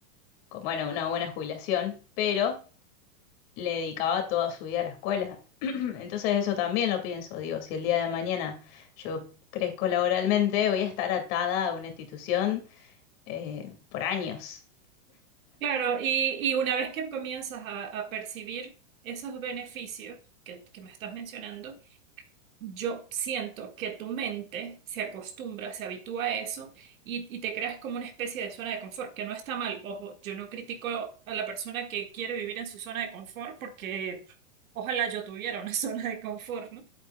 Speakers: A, on the left; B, on the right.
A: con bueno, una buena jubilación, pero le dedicaba toda su vida a la escuela. <clears throat> Entonces eso también lo pienso, digo, si el día de mañana yo crezco laboralmente, voy a estar atada a una institución eh, por años.
B: Claro, y, y una vez que comienzas a, a percibir esos beneficios que, que me estás mencionando, yo siento que tu mente se acostumbra, se habitúa a eso y, y te creas como una especie de zona de confort, que no está mal. Ojo, yo no critico a la persona que quiere vivir en su zona de confort porque ojalá yo tuviera una <laughs> zona de confort, ¿no?